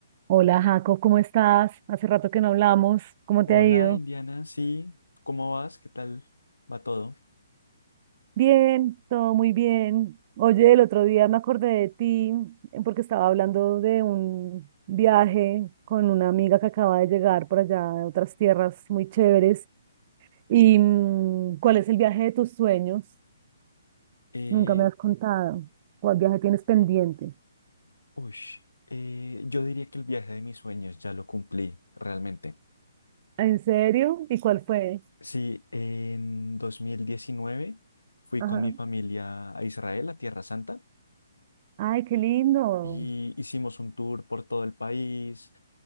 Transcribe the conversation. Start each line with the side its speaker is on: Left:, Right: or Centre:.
Right: Hola Jaco, ¿cómo estás? Hace rato que no hablamos, ¿cómo
Left: Hola,
Right: te ha ido?
Left: Indiana, sí, ¿cómo vas? ¿Qué tal va todo?
Right: Bien, todo muy bien. Oye, el otro día me acordé de ti eh, porque estaba hablando de un viaje con una amiga que acaba de llegar por allá de otras tierras muy chéveres. ¿Y mm, cuál es el viaje de tus sueños?
Left: Eh,
Right: Nunca me has contado. ¿Cuál viaje tienes pendiente?
Left: uy, eh, yo diría que el viaje de mis sueños ya lo cumplí realmente.
Right: ¿En serio? ¿Y cuál fue?
Left: Sí, en 2019 fui
Right: Ajá.
Left: con mi familia a Israel, a Tierra Santa,
Right: Ay, qué lindo.
Left: y hicimos un tour por todo el país.